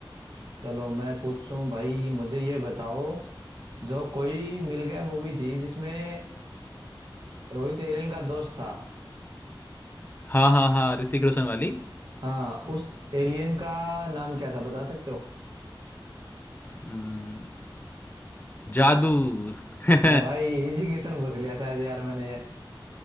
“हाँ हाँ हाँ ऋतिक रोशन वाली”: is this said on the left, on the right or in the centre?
Left